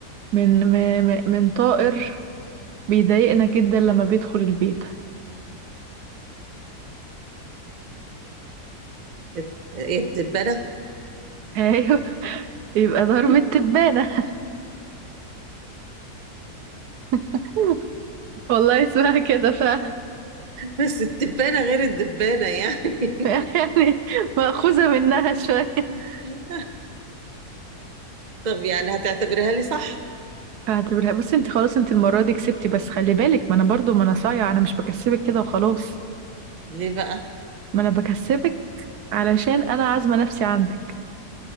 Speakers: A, on the right; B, on the right.
A: من م- م- من طائر بيضايقنا جدا لما بيدخل البيت
B: الد- ايه الدبانة
A: <laughs> ايوه يبقى درب
B: <laughs>
A: التبانة <laughs> والله اسمها كده فعلا
B: بس التبانة غير الدبانة يعني
A: <laughs> يعني مأخوذة منها شوية
B: <laughs> طب يعني هتعتبرها لي صح
A: اعتبرها بصي انت خلاص انت المرة دي كسبتي بس خلي بالك ما انا برضو ما انا صايعة انا مش بكسبك كده وخلاص
B: ليه بقى
A: ما انا بكسبك علشان انا عازمة نفسي عندك